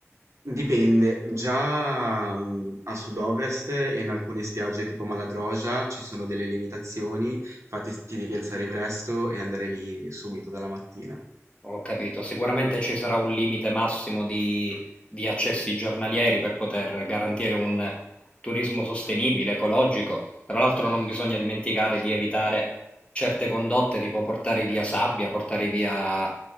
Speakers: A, on the right; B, on the left.
A: dipende, già mm, a sud-ovest e in alcune spiagge tipo Maladroja ci sono delle limitazioni, infatti ti devi alzare presto e andare lì subito dalla mattina.
B: Ho capito, sicuramente ci sarà un limite massimo di, di accessi giornalieri per poter garantire un turismo sostenibile, ecologico. Tra l'altro non bisogna dimenticare di evitare certe condotte, tipo portare via sabbia, portare via